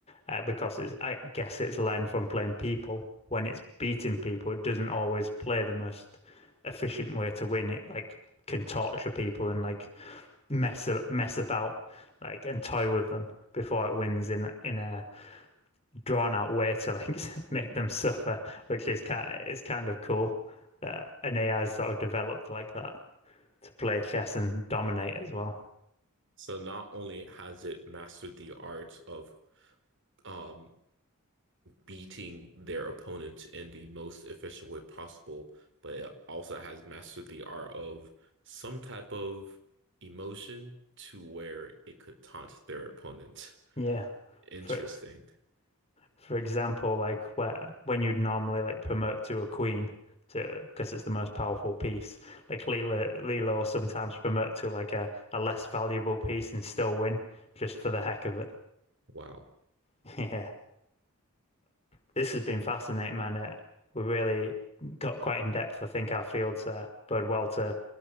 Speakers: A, on the left; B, on the right.
A: uh, because it's, I guess it's learned from playing people. When it's beating people, it doesn't always play the most efficient way to win. It like can torture people and like mess mess about like and toy with them before it wins in in a drawn out way to like <laughs> make them suffer, which is kind is kind of cool that an AI sort of developed like that to play chess and dominate as well.
B: So not only has it mastered the art of um, beating their opponent in the most efficient way possible, but it also has mastered the art of some type of emotion to where it could taunt their opponent.
A: Yeah,
B: Interesting.
A: for For example, like where when you'd normally like promote to a queen to because it's the most powerful piece, like Leela Leela will sometimes promote to like a, a less valuable piece and still win just for the heck of it.
B: Wow.
A: <laughs> Yeah. This has been fascinating, man. It, we really got quite in depth. I think our fields uh, bode well to